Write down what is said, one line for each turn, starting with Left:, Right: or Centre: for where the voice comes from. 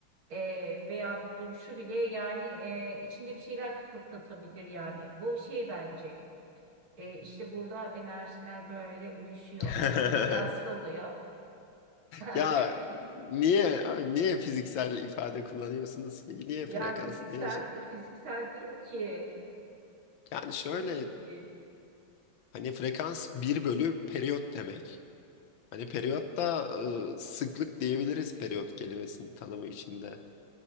Right: e, veya bir duruşu bile yani e, içinde bir şeyler kıpırdatabilir yani. Bu şey bence e, işte burada enerjiler böyle uyuşuyor,
Left: <laughs>
Right: aynı frekansta oluyor. <laughs>
Left: Ya niye niye fiziksel ifade kullanıyorsunuz ki? Niye
Right: Yani
Left: frekans?
Right: fiziksel
Left: Niye şey?
Right: fiziksel değil ki.
Left: Yani şöyle
Right: Kesinlikle değil.
Left: hani frekans bir bölü periyot demek. Hani periyot da e, sıklık diyebiliriz periyot kelimesinin tanımı içinde.